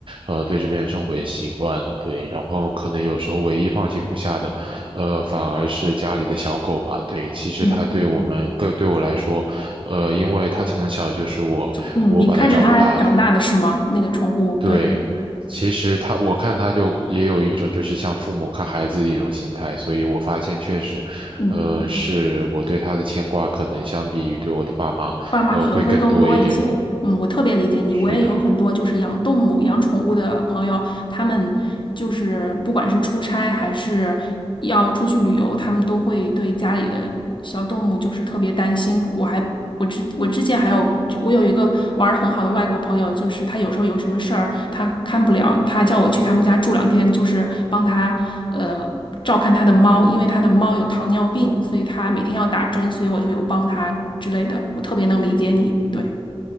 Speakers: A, on the right; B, on the left.
A: 呃，对这边生活也习惯了，对，然后可能有时候唯一放心不下的，呃，反而是家里的小狗吧，对，其实它对我们，
B: 嗯。
A: 对对我来说，呃，因为它从小就是我我把它照顾大的。
B: 嗯，你看着它长大的是吗？那个宠物，
A: 对，
B: 对，
A: 其实他，我看他就也有一种就是像父母看孩子的一种心态，所以我发现确实，
B: 嗯，
A: 呃，是我对他的牵挂可能相比于对我的爸妈，
B: 爸妈可能会更多一些。
A: 呃，会更多一点。
B: 嗯，我特别理解你，
A: 嗯，是的，
B: 我也有很多就是养动物、养宠物的朋友，他们就是不管是出差还是要出去旅游，他们都会对家里的小动物就是特别担心。我还我之我之前还有我有一个玩的很好的外国朋友，就是他有时候有什么事儿他看不了，他叫我去他们家住两天，就是帮他呃。照看他的猫，因为他的猫有糖尿病，所以他每天要打针，所以我就有帮他之类的。我特别能理解你，对，